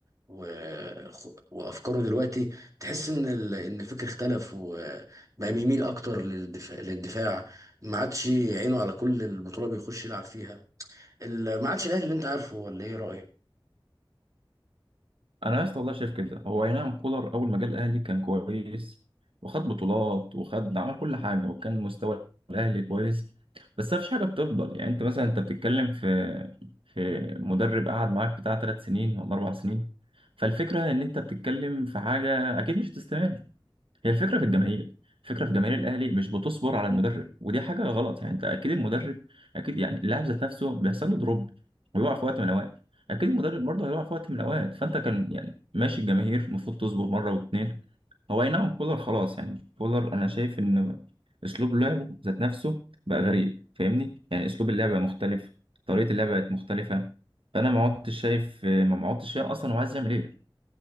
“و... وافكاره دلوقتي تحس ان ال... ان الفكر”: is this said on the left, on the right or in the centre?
Right